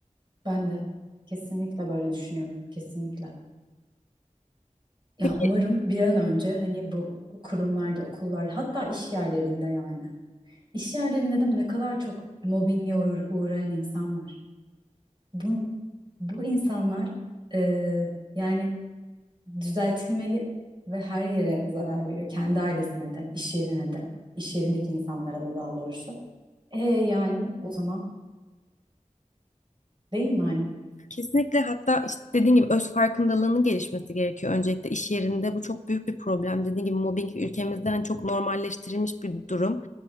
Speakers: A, on the right; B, on the left.
A: Ben de kesinlikle böyle düşünüyorum. Kesinlikle. Ya
B: Peki
A: umarım bir an önce hani bu kurumlarda, okullar, hatta iş yerlerinde yani. İş yerlerinde de ne kadar çok mobbinge uğra- uğrayan insan var. Bu bu insanlar e, yani düzeltilmeli ve her yere zarar veriyor. Kendi ailesine de, iş yerine de, iş yerindeki insanlara da daha doğrusu. E yani o zaman değil mi hani?
B: Kesinlikle hatta işte dediğin gibi öz farkındalığının gelişmesi gerekiyor öncelikle iş yerinde. Bu çok büyük bir problem. Dediğin gibi mobbing ülkemizde hani çok normalleştirilmiş bir durum.